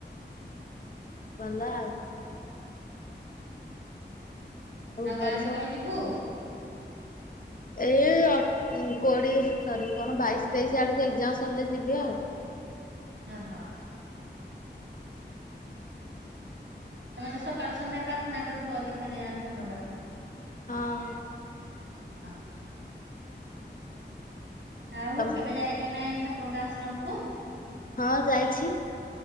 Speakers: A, on the left; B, on the right.
A: ଭଲ ଆଉ।
B: ହୁଁ ଆଉ
A: ଘରେ
B: ଗାଁକୁ
A: ସବୁ
B: କେବେ ଯିବୁ?
A: ଏଇ ଅ- କୋଡିଏ ସରି କଣ ବାଇଶି ତେଇଶି ଆଡକୁ ଏକ୍ଜାମ ସରିଲେ ଯିବି ଆଉ।
B: ଓ -ହୋ।
A: ହୁଁ
B: ତମେ ତ ସକାଳେ ସନ୍ଧ୍ୟାରେ ପ୍ରାର୍ଥନା କରୁଥିବ ଦୀକ୍ଷା ନେଇଚ ମାନେ ଠାକୁରଙ୍କର।
A: ହଁ।
B: <unintelligible> ଆଉ
A: ତମ
B: କେବେ ଯାଇଚ ନା ନାହିଁ ଠାକୁରଙ୍କ ଆଶ୍ରମକୁ?
A: ହଁ ଯାଇଛି।